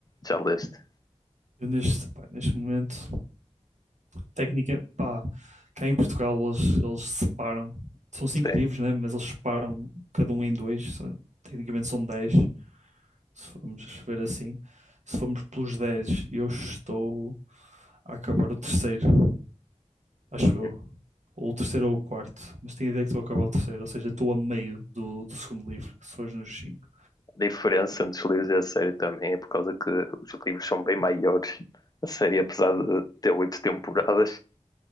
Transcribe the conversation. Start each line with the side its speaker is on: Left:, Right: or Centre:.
Left: já leste?
Right: Eu neste, pá, neste momento, técnica, pá, cá em Portugal eles, eles separam, são cinco
Left: Sim.
Right: livros, né? Mas eles separam cada um em dois, são- tecnicamente são dez, se formos ver assim. Se formos pelos dez, eu estou a acabar o terceiro. acho
Left: Uhum.
Right: eu. Ou o terceiro ou o quarto, mas tenho a ideia que estou a acabar o terceiro, ou seja, estou a meio do, do segundo livro, se fores nos cinco.
Left: A diferença entre os livros e a série também é por causa que os livros são bem maiores. A série, apesar de ter oito temporadas,